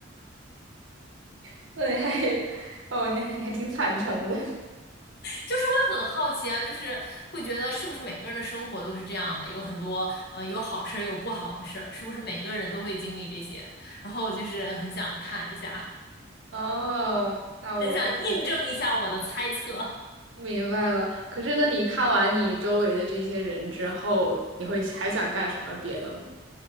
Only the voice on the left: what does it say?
就是会很好奇啊，就是会觉得是不是每个人的生活都是这样的，有很多嗯，有好事儿，有不好的事儿，是不是每个人都会经历这些？然后我就是很想看一下，
<laughs>
很想印证一下我的猜测。